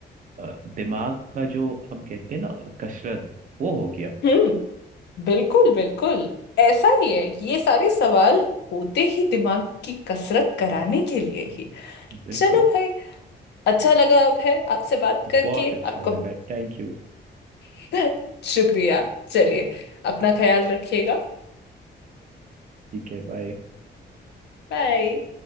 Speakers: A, on the right; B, on the left.
A: अ, दिमाग का जो हम कहते हैं ना कसरत वो हो गया
B: हम्म बिल्कुल बिल्कुल ऐसा ही है ये सारे सवाल होते ही दिमाग की कसरत कराने के लिए ही
A: बिल्कुल
B: चलो भाई अच्छा लगा अब है आपसे बात करके
A: बहुत अच्छा
B: आपका
A: लगा थैंक यू
B: <laughs> शुक्रिया चलिए अपना ख्याल रखिएगा
A: ठीक है बाय
B: बाय